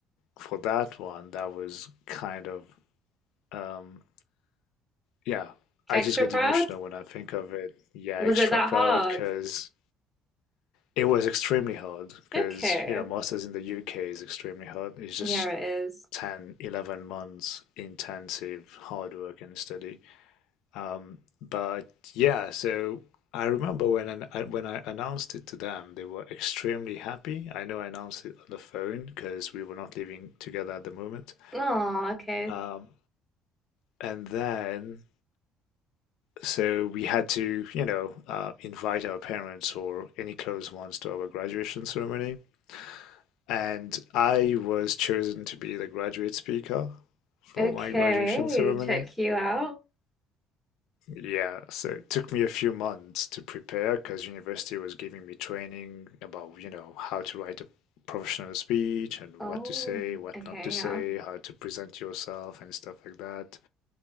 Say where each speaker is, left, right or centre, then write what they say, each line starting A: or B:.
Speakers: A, on the left; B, in the centre.
A: for that one, that was kind of, um, yeah, I
B: Extra
A: just get
B: proud?
A: emotional when I think of it. Yeah,
B: Was
A: extra
B: it that
A: proud
B: hard?
A: because it was extremely hard because,
B: Okay.
A: you know, master's in the UK is extremely hard. It's just
B: Yeah, it is.
A: 10, 11 months intensive hard work and study. Um, but yeah, so I remember when an- I, when I announced it to them, they were extremely happy. I know I announced it on the phone because we were not living together at the moment.
B: Oh, okay.
A: Um, and then, so we had to, you know, uh, invite our parents or any close ones to our graduation ceremony. And I was chosen to be the graduate speaker for
B: Okay.
A: my graduation ceremony.
B: Check you out.
A: Yeah, so it took me a few months to prepare because university was giving me training about, you know, how to write a professional speech and
B: Oh,
A: what to say, what
B: okay,
A: not to say,
B: yeah.
A: how to present yourself and stuff like that.